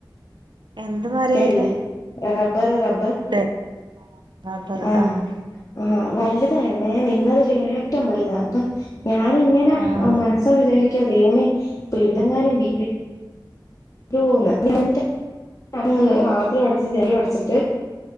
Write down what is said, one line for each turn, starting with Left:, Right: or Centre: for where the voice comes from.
Right: എന്ത് മരേയ്ന്ന്
Left: കേട്ടില്ല റബ്ബർ റബ്ബർ
Right: തെങ്ങ് റബ്ബർ
Left: ആ
Right: ആഹ്
Left: ആ വലുതായിരുന്നെ നിന്നതിൽ ഏറ്റവും വലുതാ അപ്പം ഞാനിങ്ങനെ
Right: ആഹ്
Left: മനസ്സോണ്ട് വിചാരിക്ക ക്കെയാ ദൈവമേ പിഴുതെങ്ങാനും വീ ഴുവോന്ന് <unintelligible> <unintelligible> വാതിലും അടച്ച് ജനലും അടച്ചിട്ട്